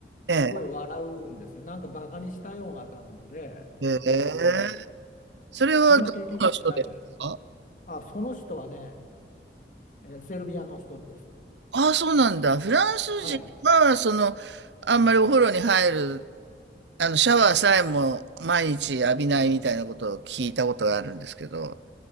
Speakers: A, on the left (about 45°); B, on the right (about 85°).
A: すごい笑うんですよ。
B: ええ、
A: なんかバカにしたような感じで、
B: ええ。
A: で、
B: へえ。
A: 笑う。
B: それはどこの人ですか？
A: そんな経験ってないですかあ、その人はね、えーセルビアの人です。
B: ああ、そうなんだ。フランス人は、
A: はい。
B: その、あんまりお風呂に入る、あの、シャワーさえも毎日浴びないみたいなことを聞いたことがあるんですけど。